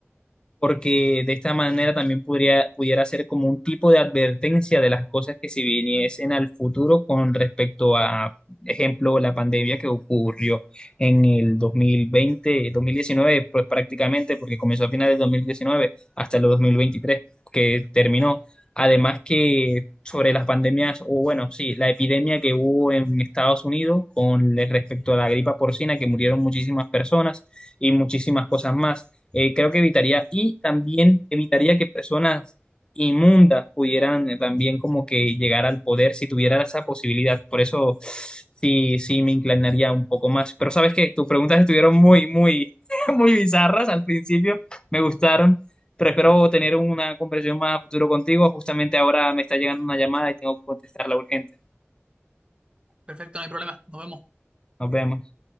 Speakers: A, on the left; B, on the right.
A: porque de esta manera también podría, pudiera ser como un tipo de advertencia de las cosas que se viniesen al futuro con respecto a, ejemplo, la pandemia que ocurrió en el 2020, 2019, pues prácticamente, porque comenzó a finales de 2019 hasta el 2023, que terminó. Además que sobre las pandemias, o bueno, sí, la epidemia que hubo en Estados Unidos con respecto a la gripa porcina, que murieron muchísimas personas y muchísimas cosas más. Eh, creo que evitaría y también evitaría que personas inmundas pudieran eh, también como que llegar al poder si tuviera esa posibilidad. Por eso sí, sí me inclinaría un poco más. Pero sabes que tus preguntas estuvieron muy, muy, <laughs> muy bizarras al principio. Me gustaron. Pero espero tener una conversación más a futuro contigo. Justamente ahora me está llegando una llamada y tengo que contestarla urgente.
B: Perfecto, no hay problema. Nos vemos.
A: Nos vemos.